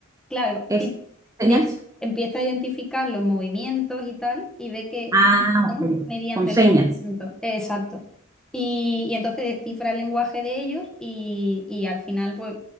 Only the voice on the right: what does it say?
¿Es
señales?
Ah,
ok,
con señas.